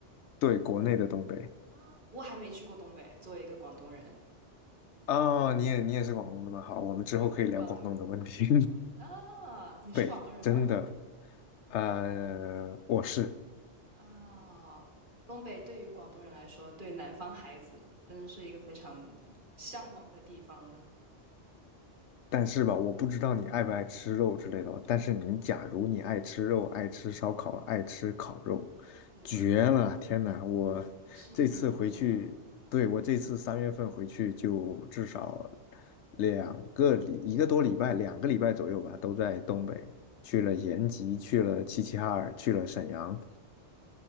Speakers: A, on the left (about 75°); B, on the right (about 45°).
A: 对，国内的东北。
B: 啊，我还没去过东北。作为一个广东人，
A: 哦，你也你也是广东的吗？好，我们之后可以聊广东的问题，
B: 对我是广东人啊，你是广东人吗？
A: <laughs> 真的。呃，我是。
B: 啊，东北对于广东人来说，对南方孩子真的是一个非常向往的地方了。
A: 但是吧，我不知道你爱不爱吃肉之类的，但是你假如你爱吃肉，
B: 嗯
A: 爱吃烧烤，爱吃烤肉，
B: 嗯，
A: 绝了！天呐，我这次回去，
B: 真的吗？
A: 对，我这次三月份回去就至少两个礼，一个多礼拜，两个礼拜左右吧，都在东北，去了延吉，去了齐齐哈尔，去了沈阳。